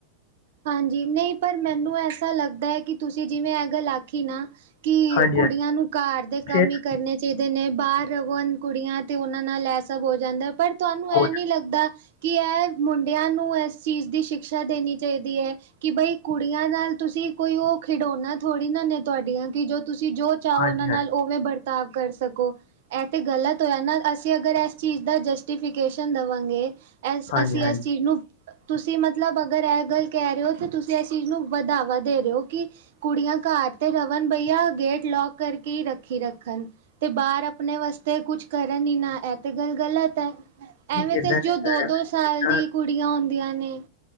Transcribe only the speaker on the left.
ਹਾਂਜੀ
ਹਾਂਜੀ
ਸਿਰਫ
ਭੋਜਨ-
ਹਾਂਜੀ
ਹਾਂਜੀ
ਹਾਂਜੀ
ਹਾਂਜੀ
ਨਹੀਂ
ਏਦਾਂ
ਨਹੀਂ
ਕਹਿ
ਰਿਹਾ
ਮੈਂ,
ਏਦਾਂ